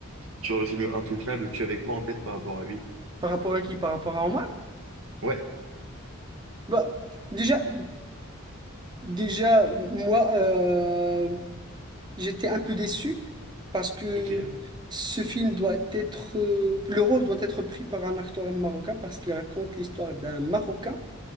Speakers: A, on the right; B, on the right.
A: Sur le film Intouchable, tu avais quoi en tête par rapport à lui?
B: Par rapport à qui? Par rapport à Omar?
A: Ouais,
B: Bah, déjà, déjà, moi... euh, J'étais un peu déçu parce que
A: ok,
B: ce film doit être... euh, le rôle doit être pris par un acteur marocain parce qu'il raconte l'histoire d'un Marocain.